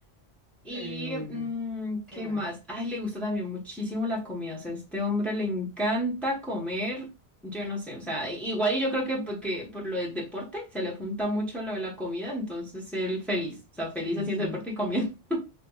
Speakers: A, in the centre; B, on the right (about 30°).
A: Y
B: Eh, bueno,
A: mm,
B: ¿qué
A: ¿qué
B: más?
A: más? Ay, le gusta también muchísimo la comida. O sea, a este hombre le encanta comer. Yo no sé, o sea, igual y yo creo que porque por lo del deporte se le junta mucho lo de la comida, entonces él feliz, o sea, feliz
B: Sí,
A: haciendo
B: sí.
A: deporte y comiendo. <laughs>